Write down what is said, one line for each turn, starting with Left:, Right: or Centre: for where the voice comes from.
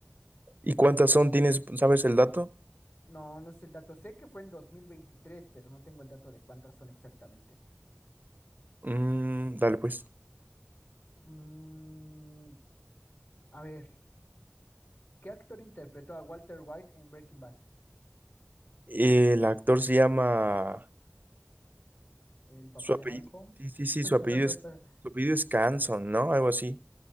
Right: ¿Y cuántas son? ¿Tienes, sabes el dato?
Left: No, no sé el dato. Sé que fue en 2023, pero no tengo el dato de cuántas son exactamente.
Right: Mm, dale pues.
Left: Mm, a ver, ¿qué actor interpretó a Walter White en Breaking Bad?
Right: El actor se llama...
Left: ¿El papá
Right: Su apellido.
Left: de Malcolm?
Right: Sí, sí, sí,
Left: <laughs>
Right: su apellido
Left: Lo
Right: es,
Left: mismo.
Right: su apellido es Canson, ¿no? Algo así.